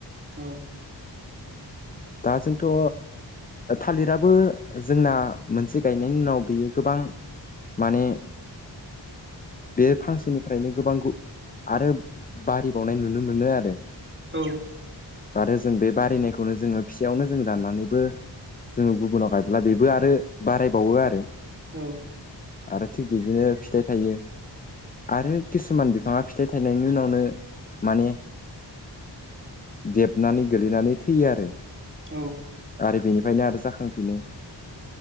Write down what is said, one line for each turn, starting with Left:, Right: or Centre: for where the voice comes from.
Right: औ
Left: दा जोंथ' थालिराबो जोंना मोनसे गायनायनि उनाव बियो गोबां माने बे फांसेनिफ्रायनो गोबां आरो बारि बावनाय नुनो मोनो आरो
Right: औ
Left: आरो जों बे बारायनायखौनो जोंङो फिसयावनो जों दाननानैबो जोंङो गुबुनाव गायब्ला बेबो आरो बारायबावो आरो
Right: औ
Left: आरो थिग बिदिनो फिथाइ थायो आरो किसुमान बिफाङा फिथाइ थायनायनि उनावनो माने देबनानै गोलैनानै थैयो आरो
Right: औ
Left: आरो बेनिफ्रायनो आरो जाखांफिनो